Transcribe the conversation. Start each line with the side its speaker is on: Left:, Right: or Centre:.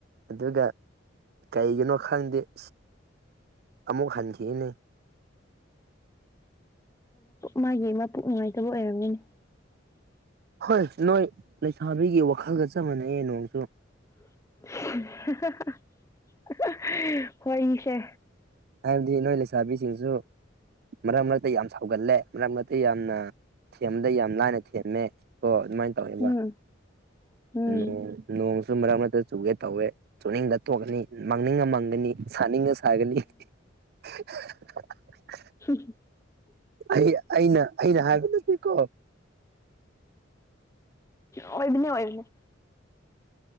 Right: ꯑꯗꯨꯒ ꯀꯩꯒꯤꯅꯣ ꯈꯪꯗꯦ ꯑ ꯑꯃꯨꯛ ꯍꯟꯈꯤꯅꯦ
Left: ꯃꯥꯒꯤ ꯃꯄꯣꯛ ꯅꯨꯡꯉꯥꯏꯇꯕ ꯑꯣꯏꯔꯝꯒꯅꯤ
Right: ꯍꯣꯏ ꯅꯣꯏ ꯂꯩꯁꯥꯕꯤꯒꯤ ꯋꯥꯈꯜꯒ ꯆ ꯆꯞ ꯃꯥꯟꯅꯩꯌꯦ ꯅꯣꯡꯁꯨ
Left: <unintelligible> ꯋꯥꯔꯤꯁꯦ
Right: ꯍꯥꯏꯕꯗꯤ ꯅꯣꯏ ꯂꯩꯁꯥꯕꯤꯁꯤꯁꯨ ꯃꯔꯛ ꯃꯔꯛꯇ ꯌꯥꯝ ꯁꯥꯎꯒꯠꯂꯦ ꯃꯔꯛ ꯃꯔꯛꯇ ꯌꯥꯝꯅ ꯊꯦꯝꯕꯗ ꯌꯥꯝ ꯂꯥꯏꯅ ꯊꯦꯝꯃꯦ ꯀꯣ ꯑꯗꯨꯃꯥꯏꯅ ꯇꯧꯋꯦꯕ
Left: ꯎꯝ ꯎꯝ
Right: ꯅꯣꯡ ꯅꯣꯡꯁꯨ ꯃꯔꯔ ꯑꯃ ꯆꯨꯒꯦ ꯇꯧꯋꯦ ꯆꯨꯅꯤꯡꯗ ꯇꯣꯡꯀꯅꯤ ꯃꯥꯡꯅꯤꯡꯉ ꯃꯥꯡꯒꯅꯤ ꯁꯥꯅꯤꯡꯉ ꯁꯥꯒꯅꯤ <unintelligible>
Left: ꯍ
Right: ꯑꯩ ꯑꯩꯅ ꯑꯩꯅ ꯍꯥꯏꯕ ꯅꯠꯇꯦꯀꯣ
Left: ꯑꯣꯏꯕꯅꯦ ꯑꯣꯏꯕꯅꯦ